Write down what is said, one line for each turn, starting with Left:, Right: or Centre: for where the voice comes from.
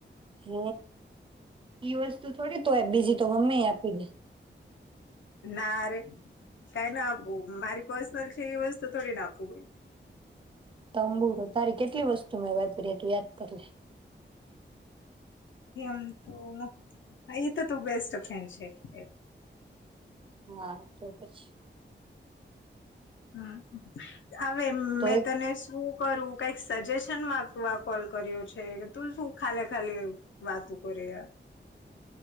Right: હે. ઈ વસ્તુ થોડી તોય બીજી તો ગમેય આપી દે.
Left: ના રે કઈ ના આપુ મારી પર્સનલ છે એ વસ્તુ થોડી ના આપું.
Right: તંબુરો તારી કેટલી વસ્તુ મેં વાપરી તું યાદ કરી લે.
Left: એમ તો એ તો ત બેસ્ટ ફ્રેન્ડ છે એટલે.
Right: હા તો પછી.
Left: હમ્મ. હવે
Right: તો
Left: મેં
Right: એક
Left: તને શું? કરું કઈક સજેશન માકવા કોલ કર્યો છે કે તું શું ખાલી ખાલી. વાતુ કરે આ.